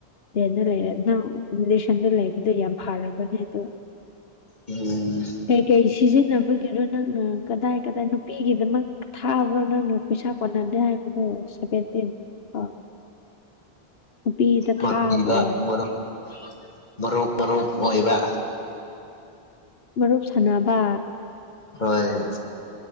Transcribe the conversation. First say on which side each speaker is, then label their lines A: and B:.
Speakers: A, on the left; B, on the left.
A: ꯔꯦꯟꯗ ꯂꯩꯔꯦ ꯑꯗꯨꯅꯪ ꯕꯤꯂꯤꯁꯟꯗ ꯂꯩꯕꯗꯣ ꯌꯥꯝ ꯐꯔꯕꯅꯦ ꯑꯗꯣ
B: ꯎꯝ
A: ꯀꯩ ꯀꯩ ꯁꯤꯖꯤꯟꯅꯕꯒꯤꯔꯣ ꯅꯪꯅ ꯀꯗꯥꯏ ꯀꯗꯥꯏ ꯅꯨꯄꯤꯒꯤꯗꯃꯛ ꯊꯥꯕ꯭ꯔꯣ ꯅꯪꯅ ꯄꯩꯁꯥ ꯀꯣꯟꯅꯗꯦ ꯍꯥꯏꯕꯗꯣ ꯁꯚꯦꯟꯇꯤꯟ ꯑꯣ ꯅꯨꯄꯤꯗ
B: ꯃꯥꯛ
A: ꯊꯥꯕ
B: ꯏꯕ
A: ꯑꯣꯏꯔꯝꯅꯤ
B: ꯃꯔꯨꯞ ꯃꯔꯨꯞ ꯃꯔꯨꯞ ꯃꯣꯏꯕ
A: ꯃꯔꯨꯞ ꯁꯥꯟꯅꯕ
B: ꯍꯣꯏ